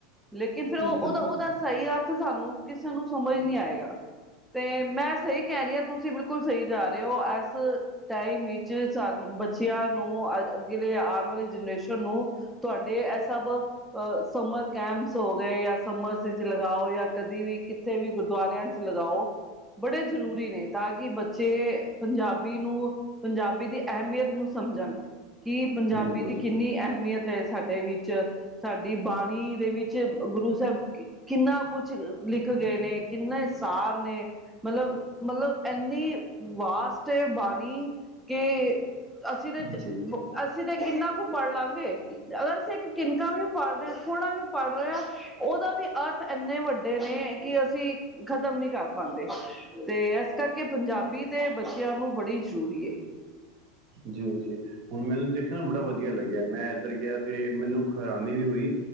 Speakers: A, in the centre; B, on the right.
A: ਲੇਕਿਨ, ਫਿਰ ਉਹ
B: ਬਿਲਕੁਲ
A: ਉਹਦਾ--ਉਹਦਾ
B: ਬਿਲਕੁਲ
A: ਸਹੀ ਅਰਥ ਸਾਨੂੰ ਕਿਸੇ ਨੂੰ ਸਮਝ ਨਹੀਂ ਆਏਗਾ, ਤੇ ਮੈਂ ਸਹੀ ਕਹਿ ਰਹੀ ਹਾਂ ਤੁਸੀਂ ਬ ਸਹੀ ਜਾ ਰਹੇ ਹੋ, ਇਸ ਟਾਈਮ ਵਿੱਚ ਸਾਨੂੰ ਬੱਚਿਆਂਨੂੰ ਅੱਗੇ ਆਉਣ ਵਾਲੀ ਜਨਰੇਸ਼ਨ ਨੂੰ ਤੁਹਾਡੇ ਇਹ ਸਭ ਸਮਰ ਕੈਂਪਸ ਹੋ ਗਏ ਜਾਂ ਸ ਗਾਓ, ਜਾਂ ਕਦੀ ਵੀ ਕਿੱਥੇ ਵੀ ਗੁਰਦੁਆਰਿਆਂ ਚ, ਲਗਾਓ ਬੜੇ ਜ਼ਰੂਰੀ ਨੇ ਤਾਂ ਕਿ ਬੱਚੇ ਪੰਜਾਬੀ ਨੂੰ, ਪੰਜਾਬੀ ਦੀ, ਅਹਿਮੀਅਤ ਨੂੰ ਸਮਝਣ। ਕਿ ਪੰਜਾਬੀ,
B: ਬਿਲਕੁਲ
A: ਦੀ ਕਿੰਨੀ ਅਹਿਮੀਅਤ ਸਾਡੇ ਵਿੱਚ, ਸਾਡੀ ਬਾਣੀ ਦੇ ਵਿੱਚ, ਗੁਰੂ ਸਾਹਿਬ ਕਿੰਨਾ ਕੁਛ ਲਿਖ ਗਏ ਨੇ, ਕਿੰਨੇ ਸਾਰ ਨੇ ਮਤਲਬ ਮਤਲਬ। ਏਨੀ ਵਾਸਟ ਏ ਬਾਣੀ ਕਿ ਅਸਲ ਚ,
B: ਜੀ
A: ਅਸੀਂ ਤੇ ਕਿੰਨਾ ਕੁ ਪੜ੍ਹ ਲਵਾਂਗੇ। ਅਗਰ ਅਸੀਂ ਇੱਕ ਕਿਨਕਾਂ ਵੀ ਪੜ੍ਹ ਰਹੇ ਹਾਂ, ਥੋੜਾ ਵੀ ਪੜ੍ਹ ਰਹੇ ਹਾਂ, ਉਹਦਾ ਵੀ ਅਰਥ ਇੰਨੇ ਵੱਡੇ ਨੇ, ਕਿ ਅਸੀਂ ਖਤਮ ਨੀ ਘਰ ਪਾਦੇ ਦੇ ਆ ਸ ਕਰਕੇ ਪੰਜਾਬੀ। ਤੇ ਬੱਚਿਆਂ ਨੂੰ ਬੜੀ ਜ਼ਰੂਰੀ ਹੈ।
B: ਜੀਓ--ਜੀਓ ਹੁਣ ਮੈਨੂੰ ਦੇਖਣਾ ਨਾ ਬੜਾ ਵਧੀਆ ਲੱਗਿਆ। ਗਿਆ, ਮੈਂ ਇੱਧਰ ਗਿਆ ਤੇ ਮੈਨੂੰ ਹੈਰਾਨੀ ਵੀ ਹੋਈ,